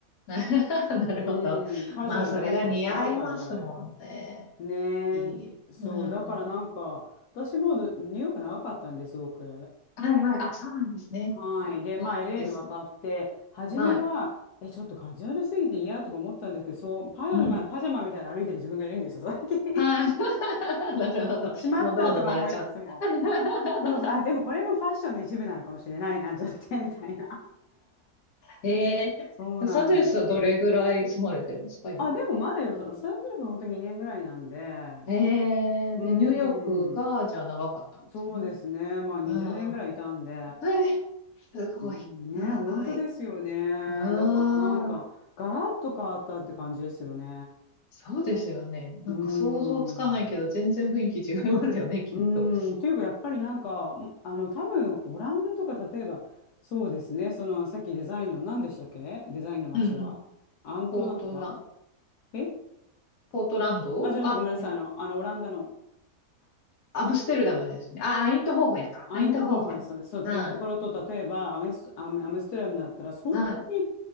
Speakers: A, on the left (about 65°); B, on the left (about 85°).
A: <laughs> なるほど。
B: うん、カジュアル、
A: まあ、それが似合いますもんね。
B: カジュアル、すごいカジュアル。ね
A: いい。
B: え、そう、
A: う
B: だからなんか、
A: ん。
B: 私もどニューヨーク長かったんですごく。
A: はい、はい。あ、そうなんですね。
B: はい。
A: かっこいいですね。
B: で、まあ、LA に渡って、初めは、
A: はい。
B: え、ちょっとカジュアルすぎて嫌とか思ったんですけど、そう、パジャマ、
A: うん。
B: パジャマみたいに歩いてる自分がいるんですよ、最近。<laughs>
A: はい。<laughs> なるほど。
B: しまったとか思いつつも。
A: もうどんどん慣れちゃう。<laughs>
B: そうそう、あ、でもこれもファッションの一部なのかもしれないな、ちょっとね、<laughs> みたいな。<laughs>
A: ええロサンゼルスはどれぐらい住まれてるんですか、
B: そうなんです。
A: 今。
B: あ、でもまだよ、ロサンゼルスは本当に2年ぐらいなんで、
A: ええで、
B: うん。
A: ニューヨークが、じゃあ長かったんですね。
B: そうですね。まあ20年ぐらいいたんで、
A: うんうん。えー、すごい。
B: うん、
A: 長い。
B: ね、本当ですよね。
A: うーん。
B: だからなんか、ガラッと変わったって感じですよね。
A: そうですよね。
B: うーん。
A: なんか想像つかないけど、全然雰囲気違いますよね、<laughs> きっと。
B: うーん。っていうか、やっぱりなんか、んあの、多分、オランダとか、例えば、そうですね。その、さっきデザインの、何でしたっけデザインの街は。
A: うんうん。
B: アントなんとか
A: ポートラン、
B: え
A: ポートランドあ、
B: あ、じゃなくてごめんなさい。
A: え
B: あの、あの、オランダの。
A: アムステルダムですね。あ、アイントホーフェンか。
B: アイントフォーハイス、
A: アイントホーフェン。
B: そうっていうところと、
A: はい。
B: 例えばアメス、アメ、アムステルダムだったら、そんなに
A: はい。